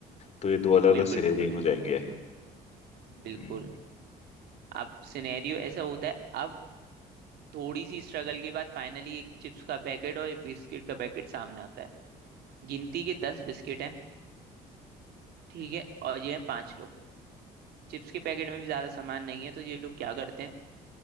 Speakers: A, on the left (about 40°); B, on the right (about 70°).
A: तो ये दो अलग अलग
B: बिल्कुल
A: सिनेरियो
B: बिल्कुल बिल्कुल
A: हो जाएंगे हम्म,
B: बिल्कुल अब सिनेरियो ऐसा होता है अब थोड़ी सी स्ट्रगल के बाद फाइनली एक चिप्स का पैकेट और एक बिस्किट का पैकेट सामने आता है गिनती के दस बिस्किट हैं ठीक है और ये हैं पांच लोग चिप्स के पैकेट में भी ज्यादा सामान नहीं है तो ये लोग क्या करते हैं